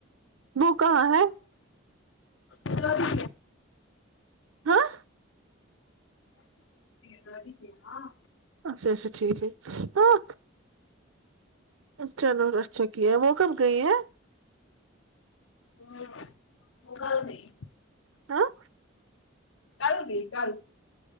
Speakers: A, on the right (about 90°); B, on the left (about 70°).
A: وہ کہاں ہے
B: وہ
A: ہاں
B: دری د گاں
A: اچھا اچھا ٹھیک ہے ہاں چلو اچھا کیا ہے وہ کب گئی ہے
B: ہ وہگال نہیں
A: ہاں
B: کل ہوگی کل